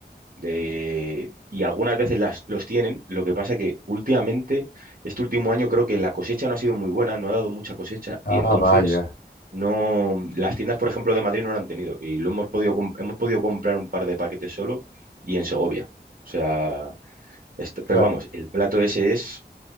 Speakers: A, on the right; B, on the left.
A: de- y algunas veces las, los tienen. Lo que pasa que últimamente, este último año creo que la cosecha no ha sido muy buena, no ha dado mucha cosecha
B: Ah,
A: y entonces
B: vaya.
A: no, las tiendas, por ejemplo, de Madrid no lo han tenido y lo hemos podido, com- hemos podido comprar un par de paquetes solo y en Segovia. O sea, est-
B: Claro.
A: pero vamos, el plato ese es,